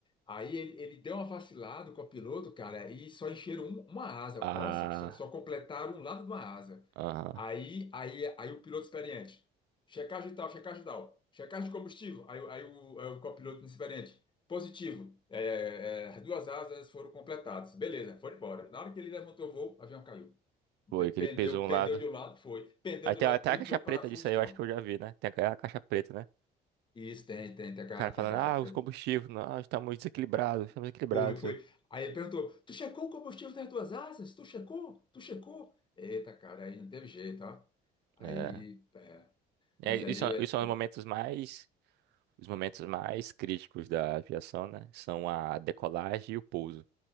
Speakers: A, on the left; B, on the right.
A: Aí ele, ele deu uma vacilada com o piloto, cara, e só encheram um- uma asa,
B: Ah,
A: ó, só, só- só completaram um lado de uma asa.
B: aham.
A: Aí, aí, aí o piloto experiente, checagem tal, checagem tal, checagem de combustível. Aí, o- aí, o, aí o copiloto inexperiente, positivo, é, é, duas asas foram completadas, beleza, foi embora. Na hora que ele levantou o voo, o avião caiu.
B: Foi,
A: Pe-
B: que
A: Pendeu,
B: ele pesou um
A: pendeu
B: lado.
A: de um lado, foi. Pendeu
B: Aí
A: de
B: tem
A: um lado,
B: até a
A: entrou
B: caixa
A: em
B: preta
A: parafuso,
B: disso aí,
A: tchau.
B: eu acho que eu já vi, né? Tem a caixa preta, né?
A: Isso, tem, tem, tem a, ca-
B: O cara falando,
A: tem a caixa
B: ah,
A: preta.
B: os combustíveis, nós estamos desequilibrados, estamos equilibrados.
A: Foi, foi. Aí ele perguntou: Tu checou o combustível das duas asas? Tu checou? Tu checou? Eita, cara, aí não teve jeito, ó. Aí,
B: É,
A: é,
B: é,
A: mas aí,
B: isso,
A: é,
B: isso são os momentos
A: é,
B: mais, os momentos mais críticos da aviação, né? São a decolagem e o pouso.